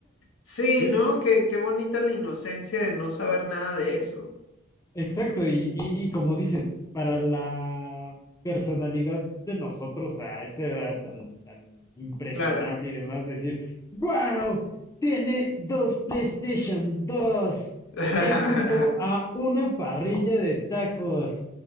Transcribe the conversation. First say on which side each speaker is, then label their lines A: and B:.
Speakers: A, on the left (about 80°); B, on the left (about 15°).
A: sí,
B: <laughs>
A: ¿no? Qué, qué bonita la inocencia de no saber nada de eso.
B: Exacto, y, y, y como dices, para la personalidad de nosotros a esa edad tan, tan impresionable
A: Claro.
B: y demás, decir, wow, tiene dos PlayStation dos
A: <laughs>
B: eh, junto a una parrilla de tacos.